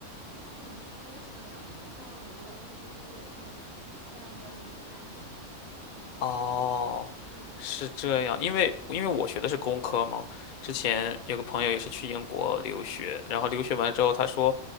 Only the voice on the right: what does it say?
它不能续，它就是个两年的。像美国 OPT 不是也是 STEM 专业是三年吗？
嗯
嗯
嗯。